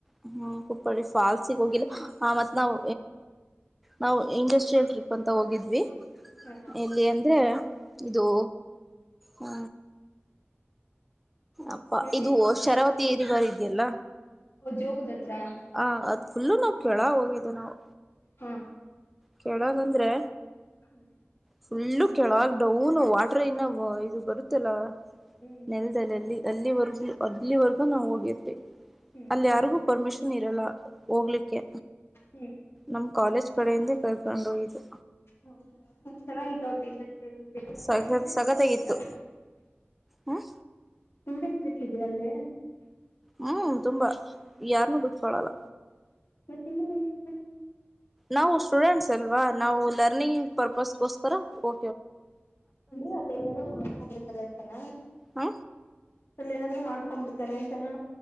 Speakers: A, in the centre; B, on the left.
A: ಹ್ಮ್ ಕುಪ್ಪಳಿ ಫಾಲ್ಸಗ್ ಹೋಗಿಲ್ಲ ಆ ಮತ್ ನಾವ್ ನಾವ್ ಇಂಡಸ್ಟ್ರಿಯಲ್ ಟ್ರಿಪ್ ಅಂತ ಹೋಗಿದ್ವಿ
B: ಹಾ
A: ಎಲ್ಲಿ ಅಂದ್ರೆ ಇದು ಹ್ಮ ಅಪ್ಪಾ
B: ಎಲ್ಲಿ
A: ಇದು ಶರಾವತಿ ಏರಿ ಬರಿದ್ದ ಎಲ್ಲ
B: ಜೋಗದ ಹತ್ರ
A: ಹ ಅದ್ ಫುಲ್ಲು ನಾ ಕೆಳ ಹೋಗಿದ್ದು ನಾವು
B: ಹಾ
A: ಕೇಳಾಗಂದ್ರೆ
B: ಹ್ಮ್
A: ಫುಲ್ಲು ಕೆಳಾಗಡವ ಹ್ನು ವಾಟರ್ ಇನ್ನ ಇದು ಬರುತ್ತಲ್ಲಾ
B: ಹ್ಮ್
A: ನೆಲದಲ್ಲ ಅಲ್ಲಿ ಅಲ್ಲಿವರೆಗೂ ಅದ್ವರ್ಗೂ ನಾವು ಹೋಗಿರ್ಬೇಕವಿ
B: ಹ್ಮ್
A: ಅಲ್ಲಿ ಯಾರಿಗೂ ಪರ್ಮಿಷನ್ ಇರಲ್ಲ ಹೋಗ್ಲಿಕ್ಕೆ.
B: ಹ್ಮ್
A: ನಮ್ ಕಾಲೇಜ್ ಕಡೆಯಿಂದೆ ಕ. <unintelligible> ವಯಬೇಕು.
B: ಹೌದು ಚೆನ್ನಾಗಿತ್ತು ವಟ ಇಂಡಸ್ಟ್ರಿಯಲ್ ವಿಸಿಟ್
A: ಸಖತ್ ಸಖತ್ತಾಗಿತ್ತು
B: ಇದಿಯಾ
A: ಹ್ಮ್
B: ಇಂಡಸ್ಟ್ರಿ. ಅಲ್ಲೇ
A: ಹ್ಮ್ ತುಂಬಾ ಯಾರನ್ನೂ ಬಿಟ್ಕೊಳಲ್ಲ.
B: ಮತ್ ನಿಮಾನ್ಸ್ ಬಿಟ್ಕೊಂಡ್ರು.
A: ನಾವು ಸ್ಟೂಡೆಂಟ್ಸ್ ಅಲ್ವಾ ನಾವು ಲರ್ನಿಂಗ್ ಪರ್ಪಸ್ಗೋಸ್ಕರ ಹೋ
B: ಅಂದ ಅರ್ಲ್ಲಿ <unintelligible> ಮಾಕಂಬಡ್ಕರಂತಣ
A: ಹ
B: ಅಲ್ಲ ಏನಾದ್ರರು ಮಾಡ್ಕೊಂಡ್ ಬಿಡ್ತಾರೆ ಅಂತಾನ.